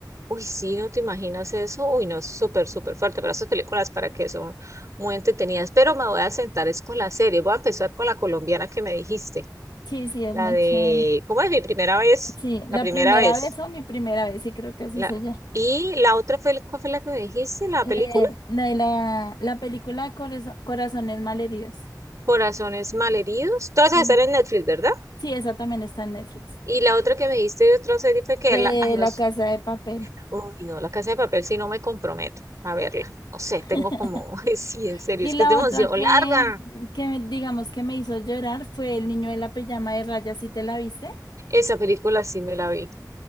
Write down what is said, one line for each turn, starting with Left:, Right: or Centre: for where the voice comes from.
Right: Uy, sí, no te imaginas eso. Uy, no, es súper, súper fuerte. Pero esas películas para que son muy entretenidas. Pero me voy a sentar es con la serie. Voy a empezar con la colombiana que me dijiste.
Left: Sí, sí, es
Right: La
Left: muy
Right: de,
Left: chévere.
Right: ¿cómo es mi primera vez?
Left: Sí,
Right: La
Left: la
Right: primera
Left: primera
Right: vez.
Left: vez o mi primera vez, sí creo que así
Right: La...
Left: se llama.
Right: Y la otra fue, ¿cuál fue la que me dijiste? La
Left: Eh,
Right: película.
Left: la de la, la película Corazo- Corazones Malheridos.
Right: Corazones malheridos. Todas
Left: Sí.
Right: esas están en Netflix, ¿verdad?
Left: Sí, esa también está en Netflix.
Right: Y la otra que me dijiste de otra serie fue que
Left: De
Right: la, ay, no
Left: La
Right: es,
Left: Casa de Papel.
Right: uy, no, La Casa de Papel, si no me comprometo a verla. No sé, tengo
Left: <laughs>
Right: como, <laughs> sí, en serio,
Left: Y
Right: es
Left: la
Right: que es demasiado
Left: otra que,
Right: larga.
Left: que me- digamos que me hizo llorar fue El niño de la pijama de rayas, ¿sí te la viste?
Right: Esa película sí me la vi.